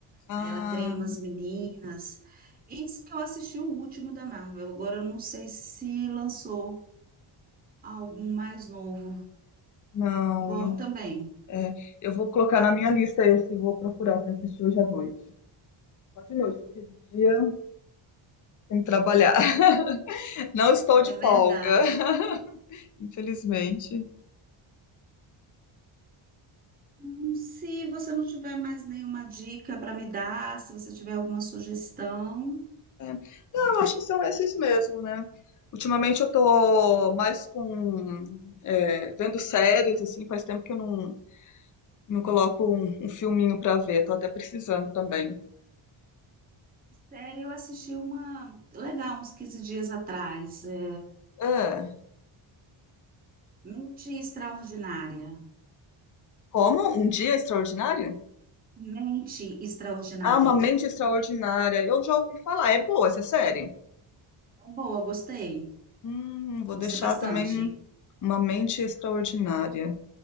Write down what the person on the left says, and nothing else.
ah,
não,
não.
É, eu vou colocar na minha lista esse, e vou procurar pra assistir hoje à noite. Só de noite, porque de dia tem que trabalhar. <laughs> Não estou
de
folga, <laughs> infelizmente.
É. Não, eu acho que são esses mesmo, né? Ultimamente eu tô mais com é, vendo séries, assim, faz tempo que eu não, não coloco um, um filminho pra ver, tô até precisando também.
É.
Como? Um Dia Extraordinário?
Ah, Uma Mente Extraordinária. Eu já ouvi falar, é boa essa série.
Hum, vou
deixar
também Uma Mente Extraordinária.